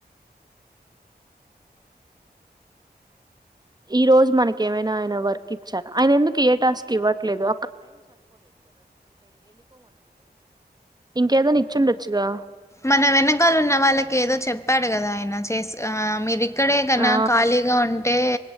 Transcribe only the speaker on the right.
ఈ రోజు మనకి ఏమైనా ఆయన వర్క్ ఇచ్చారా ఆయన ఎందుకు ఏ టాస్క్ ఇవ్వట్లేదు. ఇంకేదన్న ఇచ్చుండొచ్చుగా.
ఆ